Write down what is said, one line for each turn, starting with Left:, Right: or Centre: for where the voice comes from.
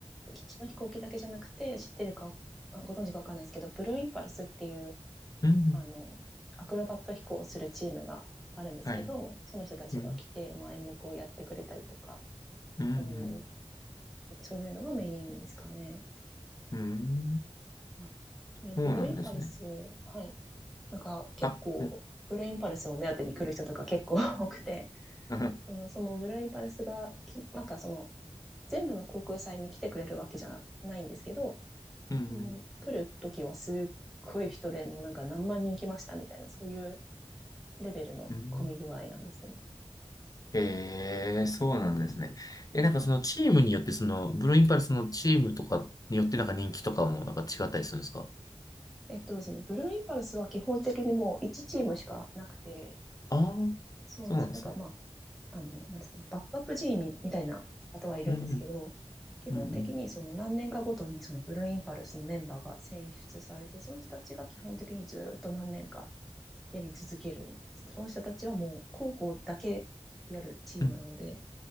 Centre: 基地の飛行機だけじゃなくて、知ってるか、ご存知かわかんないですけど、ブルーインパルスっていう、
Left: うん
Centre: あの、アクロバット飛行をするチームがあるんですけど、
Left: はい、
Centre: その人たちが来て、
Left: うん、
Centre: まあ、演目をやってくれたりとか、
Left: うん、
Centre: そういう、
Left: うん。
Centre: そういうのがメインですかね。
Left: うん
Centre: はい、えーブルーインパルス、
Left: そうなんですね。
Centre: はい。なんか結構、
Left: あ、うん、
Centre: ブルーインパルスを目当てに来る人とか結構 <laughs> 多くて、
Left: <laughs>
Centre: あのそのブルーインパルスがき、なんかその、全部の航空祭に来てくれるわけじゃないんですけど、
Left: うん、うん、
Centre: うん、来る時はすっごい人でもうなんか何万人来ましたみたいな、そういうレベルの混み具合なんですよね。
Left: うん。ええ、そうなんですね。え、なんかそのチームによって、
Centre: うん
Left: その、ブルーインパルスのチームとかによって、なんか人気とかもなんか違ったりするんですか
Centre: えっとですね、ブルーインパルスは基本的にもう1チームしかなくて、
Left: ああー、
Centre: そうなんですよ。
Left: そうなんですね。
Centre: なんかまあ、あの、なんですかね、バックアップ G みみたいな方はいるんですけど、
Left: うん、
Centre: 基本的にその何年かごとにそのブルーインパルスのメンバーが選出されて、
Left: うん、うん、
Centre: その人たちが基本的にずっと何年かやり続けるんです。その人たちはもう広報だけやるチームなので、
Left: うん。